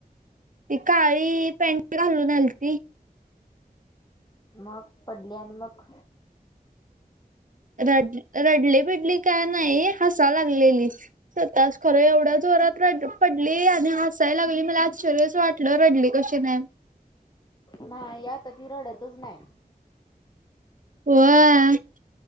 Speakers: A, on the right; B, on the left.
A: ती काळी पॅन्ट घालून आल ती
B: मग पडली आणि मग
A: रड-रडली बिडली काय नाही हसाय लागलेली. स्वतःच खरं एवढ्या जोरात रड पडली आणि हासायला लागली मला आश्चर्यच वाटलं रडली कशी नाही.
B: नाही आता ती रडतच नाही.
A: व्हय